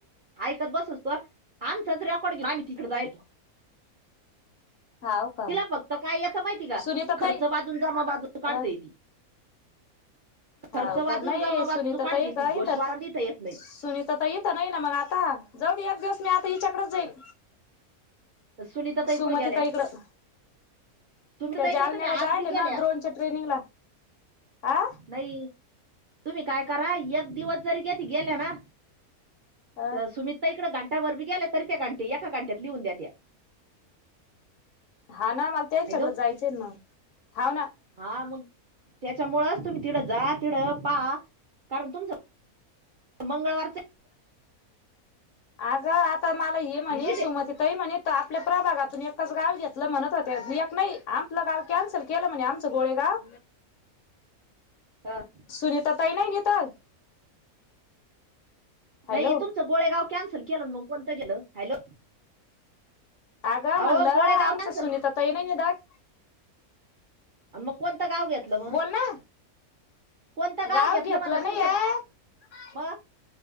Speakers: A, on the right; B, on the left.
A: ऐकत बसस तोवर आमचच रेकॉड घेऊन आम्ही तिकडे जाय तो.
B: हाव का
A: तिला फक्त काय येत माहितीये का
B: सुनीता ताई
A: खर्च बाजू न जमा बाजू काढतेय
B: अ
A: ती.
B: हाव
A: खर्च
B: का,
A: वाजून
B: नाही
A: जमा
B: ये
A: बाजू
B: सुनीता
A: काढते
B: ताई कात
A: ती गोशवारा
B: तर
A: लिहिता येत नाही
B: सुनीता ताई नाही ना मग आता, जाऊ दे एक दिवस मी आता हिच्याकडेच जाईन.
A: तर सुनीता ताई
B: सुमती
A: कुठे गेल्या
B: ताई कडं.
A: सुनीता
B: त्या
A: इकडे
B: जालन्याला
A: तुम्ही आज
B: जायल
A: बी
B: ना
A: गेल्या
B: ड्रोनच्या ट्रेनिंगला आ
A: नाही. तुम्ही काय करा एक दिवस जरी कधी गेल्या ना
B: अ
A: तर ताई कडे गंटा भर भी गेल्या तरी त्या गटी एका घट्यात लीउन देत्यात.
B: हा ना मला त्यांच्याकडे
A: हॅलो
B: जायचंय ना मग हाव ना.
A: हा मग त्यांच्यामुळे तुम्ही तिकडं जा तिड पा कारण तुमच मंगळवारच
B: अगं आता मला हे म्हणे
A: व्हिजिट
B: सुमती ताई म्हणते आपल्या प्रभागातून एकच गाव घेतलं म्हणत होती एक नाही आपलं गाव कॅन्सल केलं म्हणे आमचं गोळे गाव
A: हा.
B: सुनीता ताई नाही तिथं? हॅलो
A: नाही, तुमचं गोळेगाव कॅन्सल केलं मग कोणतं गेलं? हॅलो.
B: आग,
A: अहो
B: म्हणलं
A: गोळेगाव
B: आमचं
A: कॅन्सल
B: सुनीता ताई नाही निघत.
A: आणि मग कोणतं गाव घेतलं मग
B: बोल ना.
A: कोणतं
B: गाव घेतलं
A: म्हणलं तुमच्या
B: नाही ये.
A: ग- मग